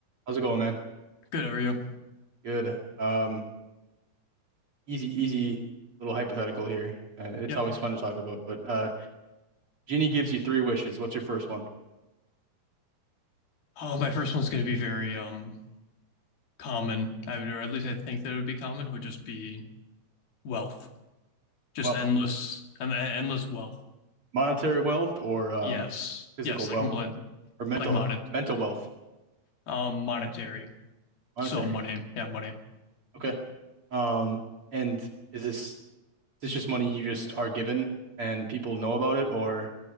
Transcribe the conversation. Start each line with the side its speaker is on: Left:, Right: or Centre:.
Right: How's it going, man?
Left: Good. How are you?
Right: Good. Um, easy, easy little hypothetical here. Uh, it's
Left: Yeah.
Right: always fun to talk about, but uh, Genie gives you three wishes. What's your first one?
Left: Oh, my first one's going to be very um common. I would, or at least I think that it would be common. Would just be wealth, just
Right: Well,
Left: endless and endless wealth.
Right: monetary wealth or um,
Left: Yes.
Right: physical
Left: Yes.
Right: wealth
Left: Like mon- like
Right: or mental
Left: like monet
Right: health, mental wealth,
Left: um monetary.
Right: monetary.
Left: So money. Yeah, money.
Right: Okay. Um, and is this is this just money you just are given and people know about it, or